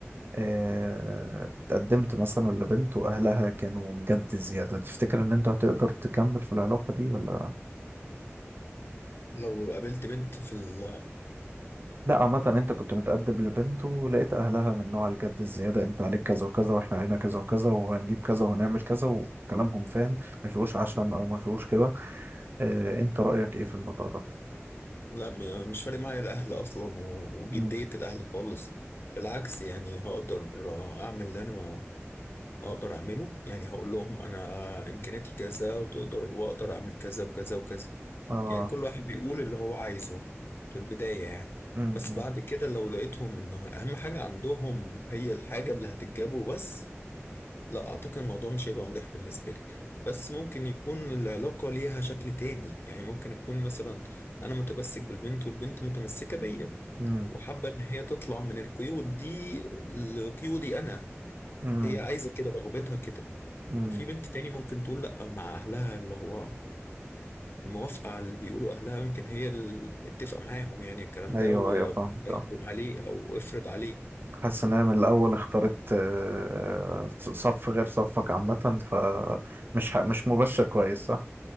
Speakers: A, on the right (about 45°); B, on the left (about 50°).
A: آه اتقدمت مثلا لبنت واهلها كانوا جد زيادة تفتكر ان انت هتقدر تكمل في العلاقة دي ولا
B: لو قابلت بنت في ال
A: لا عامة انت كنت متقدم لبنت ولقيت اهلها من نوع الجد الزيادة انت عليك كذا وكذا واحنا علينا كذا وكذا وهنجيب كذا وهنعمل كذا وكلامهم فاهم ما فيهوش عشم او ما فيهوش كده آه انت رأيك ايه في الموضوع ده؟
B: لا م- مش فارق معايا الأهل أصلا و- وجدية
A: مم.
B: الأهل خالص بالعكس يعني هقدر أعمل اللي أنا أقدر أعمله يعني هقول لهم أنا إمكانياتي كذا وتقدر وأقدر أعمل كذا وكذا وكذا
A: اه
B: يعني كل واحد بيقول اللي هو عايزه في البداية يعني
A: مم.
B: بس
A: مم.
B: بعد كده لو لقيتهم إنه أهم حاجة عندهم هي الحاجة اللي هتجابه بس لا اعتقد الموضوع مش هيبقى مريح بالنسبه لي بس ممكن يكون العلاقه ليها شكل تاني يعني ممكن اكون مثلا انا متمسك بالبنت والبنت متمسكه بيا
A: مم.
B: وحابه ان هي تطلع من القيود دي لقيودي انا
A: مم.
B: هي عايزه كده رغبتها كده
A: مم.
B: وفي بنت تاني ممكن تقول لا مع اهلها اللي هو موافقه على اللي بيقولوا اهلها يمكن هي اللي متفقه معاهم يعني الكلام
A: ايوه
B: ده ويحكم
A: ايوه فاهمك اه
B: عليه او افرض عليه
A: حاسس ان هي من الاول اختارت آه، صف غير صفك عامه فمش ح- مش مبشر كويس صح